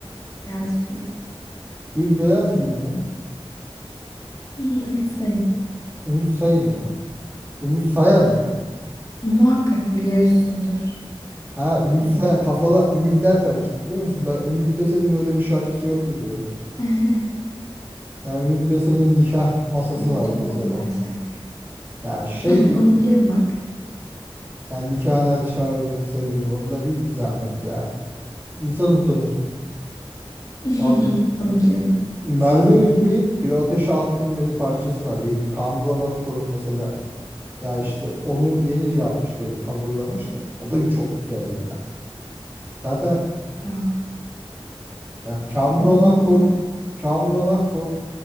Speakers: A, on the left; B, on the right.
A: Beyaz Gül.
B: Gül Beyaz Gül mü?
A: Hı hı, Ümit Sayın.
B: Ümit Sayın mı? Ümit Sayan mı?
A: Muhakkak biliyorsundur
B: Ha Ümit
A: Sayın.
B: Sayan kafala ümitler karıştı biliyor musun? Ben Ümit Besen'in öyle bir şarkısı yoktu diyorum.
A: <laughs>
B: Yani Ümit Besen'in nikah masası
A: Yok
B: var
A: çok
B: mesela.
A: popüler şarkı.
B: Yani şeydi.
A: <laughs> Onu biliyorum bak.
B: Yani nikahına çağır beni sevgilim. Onu da bil bir zahmet ya. İnsan utanır.
A: <laughs>
B: Val-
A: Onu biliyorum.
B: Merve Üzbey'in Bir Ateşe Attın Beni parçası var. Yeni Kambron Akkor'un mesela. Ya işte onu yeni şey yapmış böyle coverlamış da. O da çok güzel ya. Zaten
A: Ya
B: ya Kamron
A: onu
B: Akkor
A: dinlemedim.
B: Kamuran Akkor